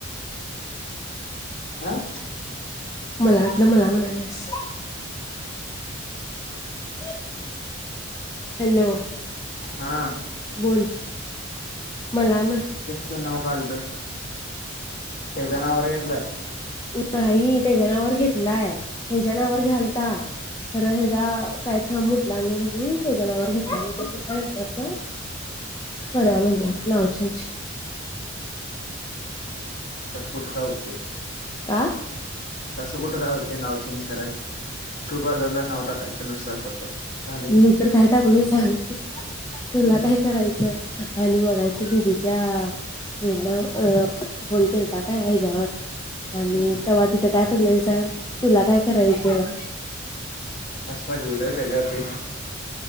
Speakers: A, on the left; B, on the left.
A: आ.
B: मला वाटलं मला म्हणाल्यास. <inaudible> हॅलो,
A: हा
B: बोल मला म्ह
A: त्यांच नाव का आलतं, त्यांच्या नावावर घेतलाय.
B: ये नाही, त्याच्या नावावर घेतलाय, ह्याचा नावावर
A: हम्म
B: घ्यालता, खरं ह्याचा काय थांब उठला नाही म्हणून, त्याच्या नावावर घेतला, मग तो म्हणला नंतर न करा म्हणला नाव चेंज.
A: कसं कुठ काय होतंय?
B: आ.
A: तसं कुठं काय होते नाव चेंज कराय, ट्रु कॉलरला नाव टाकायचं नसतं स्वतःच. झालं की
B: मी
A: मग
B: तर काय टाकलय सांगु, तुला
A: हम्म
B: काय करायचं? आणि मगाशी दिदीच्या फ्रेंड ना अ फोन केलता. आता काय ह्याच्यावर
A: हम्म
B: आणि तेव्हा तिथं काय पडलेल सांग, तुला काय करायचंय.
A: असं पडलेलं त्याच्यावरती.